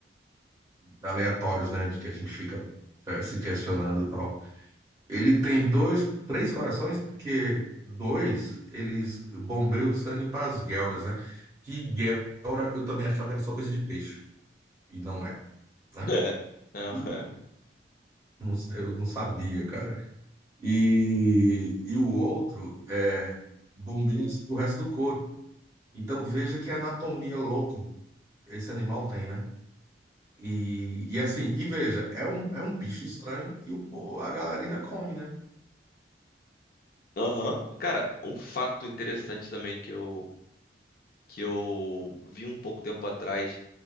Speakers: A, on the right; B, on the left.
A: aleatórios, né? De que a gente fica é, se questionando e tal. Ele tem dois, três corações, porque dois eles bombeiam o sangue para as guelras, né? Que guelra eu também achava que era só coisa de peixe, e não é, né?
B: <laughs> É. É, é.
A: E não sei, eu não sabia, cara. E, e o outro é bombeia pro resto do corpo. Então veja que anatomia louca Esse animal tem, né? E, e assim, e veja, é um, é um bicho estranho e o, po- a galera ainda come, né?
B: Aham. Cara, um fato interessante também que eu, que eu vi um pouco tempo atrás,